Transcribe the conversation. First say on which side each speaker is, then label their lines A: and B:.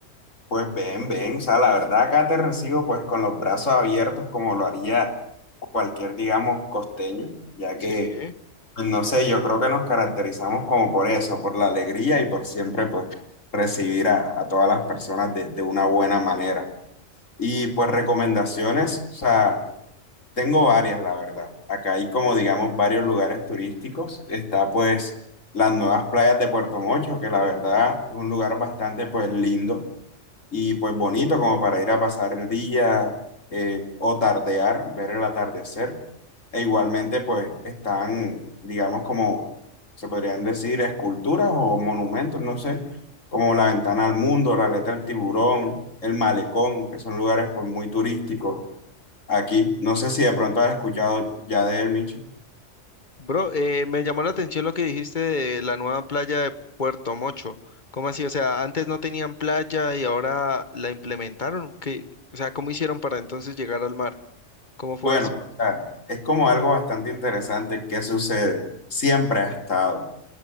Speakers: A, on the left; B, on the left.
A: Pues bien, bien. O sea, la verdad acá te recibo pues con los brazos abiertos como lo haría cualquier, digamos, costeño, ya
B: Sí.
A: que, pues, no sé, yo creo que nos caracterizamos como por eso, por la alegría y por siempre pues recibir a, a todas las personas de, de una buena manera. Y pues recomendaciones, o sea, tengo varias, la verdad. Acá hay como, digamos, varios lugares turísticos. Está pues las nuevas playas de Puerto Mocho, que la verdad es un lugar bastante pues lindo y pues bonito como para ir a pasar el día eh, o tardear, ver el atardecer. E igualmente pues están, digamos como se podrían decir, esculturas o monumentos, no sé, como la ventana al mundo, la aleta del tiburón, el malecón, que son lugares pues muy turísticos aquí. No sé si de pronto has escuchado ya de él, Micho.
B: Bro, eh, me llamó la atención lo que dijiste de la nueva playa de Puerto Mocho. ¿Cómo así? O sea, antes no tenían playa y ahora la implementaron. ¿Qué, o sea, ¿cómo hicieron para entonces llegar al mar? ¿Cómo fue
A: Bueno,
B: eso?
A: o sea, es como algo bastante interesante que sucede. Siempre ha estado.